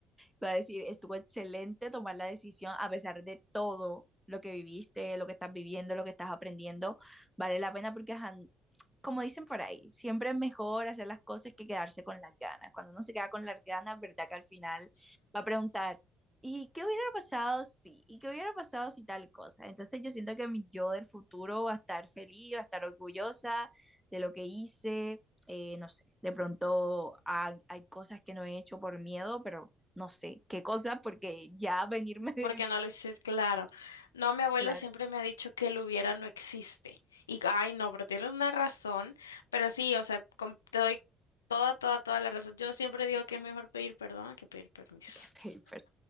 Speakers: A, in the centre; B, on the left.
A: Voy a decir, estuvo excelente tomar la decisión a pesar de todo lo que viviste, lo que estás viviendo, lo que estás aprendiendo. Vale la pena porque, ajá, como dicen por ahí, siempre es mejor hacer las cosas que quedarse con las ganas. Cuando uno se queda con las ganas, verdad que al final va a preguntar, ¿y qué hubiera pasado si? ¿Y qué hubiera pasado si tal cosa? Entonces yo siento que mi yo del futuro va a estar feliz, va a estar orgullosa de lo que hice. Eh, no sé, de pronto hay, hay, cosas que no he hecho por miedo, pero no sé qué cosa, porque ya venirme de...
B: Porque no
A: <laughs>
B: lo dices claro. No, mi abuelo
A: Claro,
B: siempre me ha dicho que el hubiera no existe. Y, ay, no, pero tienes una razón. Pero sí, o sea, com- te doy toda, toda, toda la razón. Yo siempre digo que es mejor pedir perdón que pedir permiso.
A: qué paper.